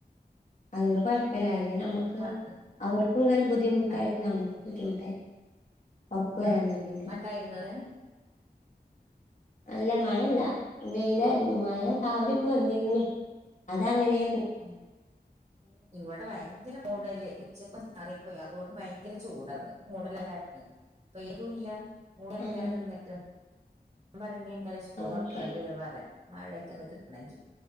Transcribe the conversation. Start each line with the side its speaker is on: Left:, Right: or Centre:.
Left: അതു കൊണ്ട്
Right: ഉം
Left: കൊയ്പ്പല്ല
Right: പിന്നെന്തൊക്കെ
Left: അല്ലെങ്കി നമ്മക്ക്
Right: മ ഉം
Left: അവർക്കും ബുദ്ധിമുട്ടായിരിക്കും
Right: അതെ
Left: നമ്മക്കും <unintelligible> ഒർക്ക് വേരാഞ
Right: ആഹ്
Left: ഞാൻ പിന്നെ
Right: മഴണ്ടായിരുന്നോ അവിടെ
Left: അല്ല മഴല്ല വെയിലായിരുന്നു
Right: ഉം
Left: മഴ രാവിലെയൊക്കെ വന്നിരുന്നു അത അങ്ങനെ
Right: ഉം ഇവിടെ ഭയങ്കര ടല് ഉച്ചക്ക് ചാറിപ്പോയി അതുകൊണ്ട് ഭയങ്കര ചൂടാണ് മൂടല കാരണെ അപ്പൊ പെയ്യ്തും ഇല്ല മൂടി അങ്ങനെ
Left: ആഹ്
Right: നിന്നിട്ട് <unintelligible> സ്കൂൾ
Left: ഓക്കെ
Right: തൊറകണ്ടി വരി പറയ മഴ പെട്ടന്ന് കിട്ട്ണേങ്കി